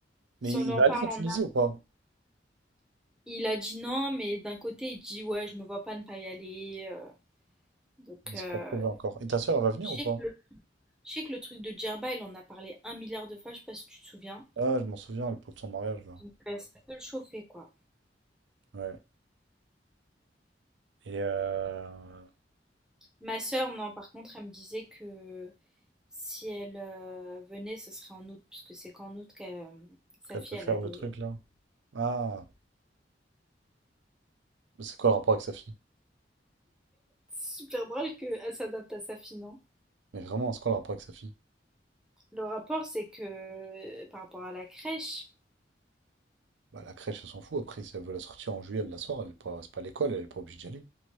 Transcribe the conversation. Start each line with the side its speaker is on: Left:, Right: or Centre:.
Right: Mais
Centre: Si on lui
Right: il
Centre: en
Right: va
Centre: parle
Right: aller en Tunisie
Centre: en amont.
Right: ou pas?
Centre: Il a dit non, mais d'un côté, il dit ouais, je me vois pas ne pas y aller. euh, donc,
Right: C'est
Centre: euh,
Right: pas prévu encore. Et ta soeur, elle va venir
Centre: je sais
Right: ou pas?
Centre: que Je sais que le truc de Djerba, il en a parlé un milliard de fois, je sais pas si tu te souviens.
Right: Ah, je m'en souviens, elle pour son mariage là.
Centre: Donc euh, ça peut le chauffer, quoi.
Right: Ouais. Et euh,
Centre: Ma sœur, non, par contre, elle me disait que si elle euh, venait, ce serait en août, puisque c'est qu'en août que sa
Right: qu'elle
Centre: fille,
Right: peut faire
Centre: elle a des...
Right: le truc là? Ah, mais c'est quoi le rapport avec sa fille?
Centre: C'est super drôle qu'elle s'adapte à sa fille, non?
Right: Mais vraiment, c'est quoi le rapport avec sa fille?
Centre: Le rapport, c'est que euh, par rapport à la crèche,
Right: Bah, la crèche, elle s'en fout. Après, si elle veut la sortir en juillet, elle la sort. Elle est pas, c'est pas l'école, elle est pas obligée d'y aller.